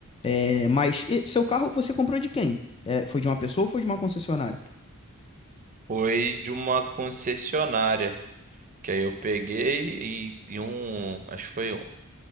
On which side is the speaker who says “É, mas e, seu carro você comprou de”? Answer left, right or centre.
Left